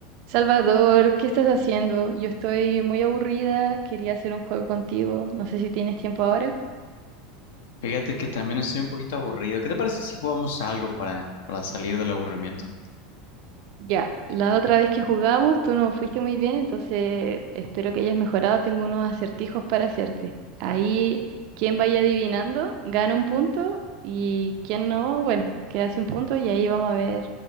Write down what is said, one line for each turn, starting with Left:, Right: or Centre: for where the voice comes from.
Right: Salvador, ¿qué estás haciendo? Yo estoy muy aburrida, quería hacer un juego contigo, no sé si tienes tiempo ahora.
Left: Fíjate que también estoy un poquito aburrido. ¿Qué te parece si jugamos algo para, para salir del aburrimiento?
Right: Ya, la otra vez que jugamos tú no fuiste muy bien, entonces espero que hayas mejorado, tengo unos acertijos para hacerte. Ahí, quien vaya adivinando, gana un punto y quien no, bueno, queda sin punto y ahí vamos a ver